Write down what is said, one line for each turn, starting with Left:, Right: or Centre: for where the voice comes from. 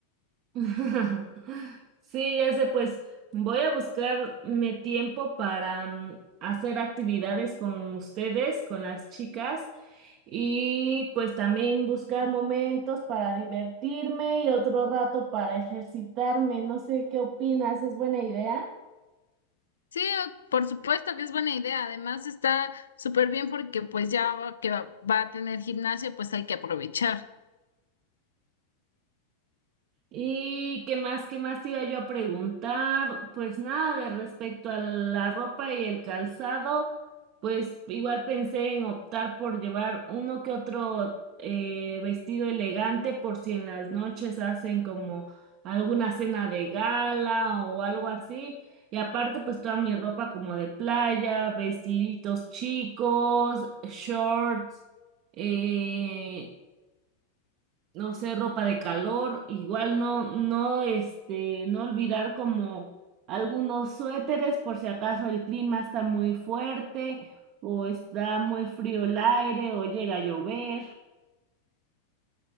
Right: <laughs> Sí, ya sé, pues voy a buscarme tiempo para mm, hacer actividades con ustedes, con las chicas, y pues también buscar momentos para divertirme y otro rato para ejercitarme. No sé qué opinas, ¿es buena idea?
Left: Sí, por supuesto que es buena idea, además está súper bien porque pues ya va- que va va a tener gimnasio, pues hay que aprovechar.
Right: ¿Y qué más, qué más te iba yo a preguntar? Pues nada, de respecto a la ropa y el calzado, pues igual pensé en optar por llevar uno que otro eh, vestido elegante por si en las noches hacen como alguna cena de gala o algo así. Y aparte, pues toda mi ropa como de playa, vestiditos chicos, shorts. eh, no sé, ropa de calor, igual no, no, este, no olvidar como algunos suéteres por si acaso el clima está muy fuerte o está muy frío el aire o llega a llover.